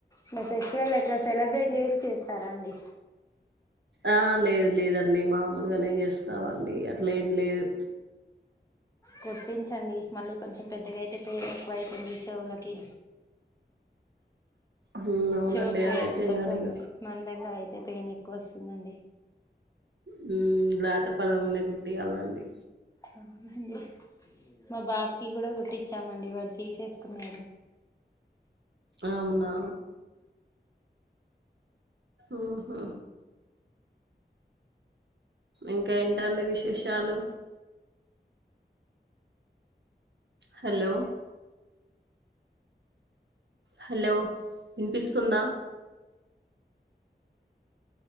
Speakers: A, on the left; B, on the right.
A: ఇంగ ఫెస్టివల్ ఎక్కడ సెలబ్రేట్ చేసి చేస్తారా అండి
B: ఆ లేదు లేదండి మామూలుగానే చేస్తామండి అట్లా ఏం లేదు
A: కుట్టించండి మళ్ళీ కొంచెం పెద్దగా అయితే పెయిన్ ఎక్కువ అయితుంది చెవులకి
B: హల్ అవునండి
A: చెవులు పెయిన్
B: అదే చెయాలి
A: కొంచెం
B: ఇగ
A: మందంగా అయితే పెయిన్ ఎక్కువ వస్తుందండి
B: మ్మ్ లేత పదమున్న కుట్టియాలనండి
A: అవున్లే మా బాబుకి కూడా కుట్టిచ్చామండి వాడు తీసేసుకున్నాడు
B: అవునా మ్మ్ హు ఇంకా ఏంటండి విశేషాలు హలో హలో వినిపిస్తుందా